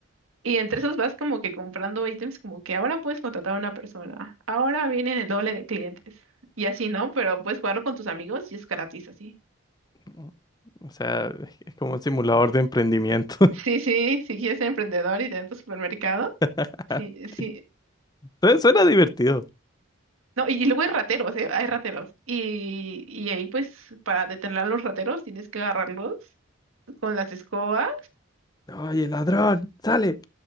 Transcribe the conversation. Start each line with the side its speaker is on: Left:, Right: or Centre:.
Right: Y entre esos vas como que comprando ítems como que ahora puedes contratar a una persona, ahora vienen el doble de clientes. Y así, ¿no? Pero puedes jugarlo con tus amigos y es gratis así.
Left: Sí. O sea, es es como un simulador de emprendimiento.
Right: Sí, sí, si quieres ser emprendedor y tener tu supermercado,
Left: <laughs>
Right: sí, sí.
Left: Entonces suena divertido.
Right: No, y, y luego hay rateros, ¿eh? Hay rateros. Y, y ahí, pues, para detener a los rateros, tienes que agarrarlos con las escobas.
Left: Oye, ladrón, sale,